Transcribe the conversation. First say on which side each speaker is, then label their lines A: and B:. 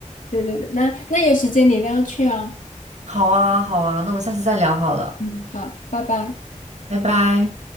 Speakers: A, on the left; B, on the right.
A: 对对对，那那有时间你一定要去哦。
B: 好啊，好啊，那我们下次再聊好了，
A: 嗯，好，拜拜。
B: 拜拜。